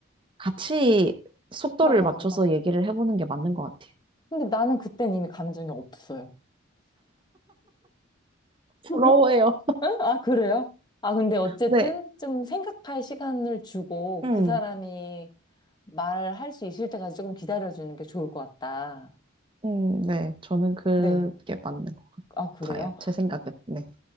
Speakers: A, on the right (about 25°); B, on the left (about 20°).
A: 같이 속도를
B: 풀어가는
A: 맞춰서
B: 거.
A: 얘기를 해보는 게 맞는 것 같아요.
B: 근데 나는 그땐 이미 감정이 없어요. <laughs>
A: 부러워요.
B: 응? 아, 그래요? 아, 근데 어쨌든
A: 네.
B: 좀 생각할 시간을 주고
A: 음,
B: 그 사람이 말할 수 있을 때까지 조금 기다려주는 게 좋을 것 같다.
A: 음, 네. 저는 그게
B: 네.
A: 맞는 것
B: 아, 그래요?
A: 같아요. 제 생각에. 네.